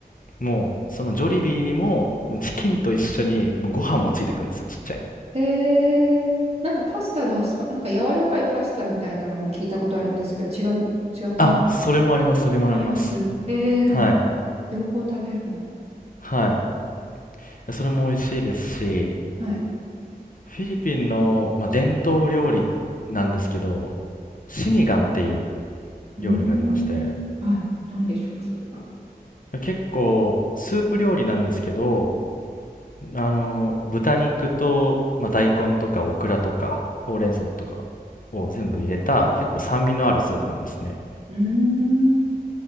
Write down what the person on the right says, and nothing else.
ええーなんかパスタのスパ、なんか柔らかいパスタみたいなのも聞いたことあるんですけど、違う、違ったましたも
ありますええでも、
両方食べるんだ。
はい。
うーん。
はい。なんでしょう、それは。
うーん。